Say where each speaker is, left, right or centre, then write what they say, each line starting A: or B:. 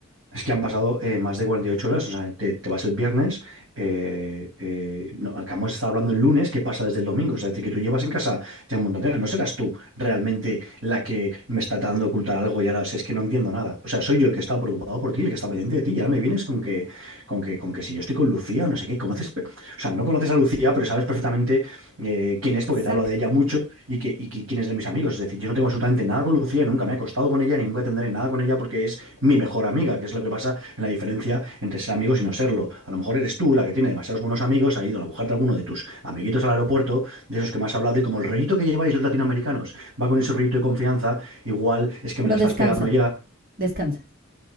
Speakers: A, on the right; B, on the right.
A: Es que han pasado eh, más de 48 horas, o sea, te, te vas el viernes, eh, eh, no, acabamos de estar hablando el lunes, ¿qué pasa desde el domingo? Es decir, que tú llevas en casa ya un montón de horas. No serás tú realmente la que me está tratando de ocultar algo y ahora si es que no entiendo nada. O sea, soy yo el que está preocupado por ti, el que está pendiente de ti, y ahora me vienes con que, con que, con que si yo estoy con Lucía o no sé qué, conoces, pe- o sea, no conoces a Lucía, pero sabes perfectamente eh, quién es porque
B: Exacto.
A: te hablo de ella mucho y, que, y qui- quién es de mis amigos. Es decir, yo no tengo absolutamente nada con Lucía, y nunca me he acostado con ella, ni nunca tendré nada con ella porque es mi mejor amiga, que es lo que pasa en la diferencia entre ser amigos y no serlo. A lo mejor eres tú la que tiene demasiados buenos amigos, ha ido a buscarte alguno de tus amiguitos al aeropuerto, de esos que más has hablado, y como el rollito que lleváis los latinoamericanos va con ese rollito de confianza, igual es que
B: Pero
A: me la estás
B: descansa,
A: pegando ya.
B: descansa,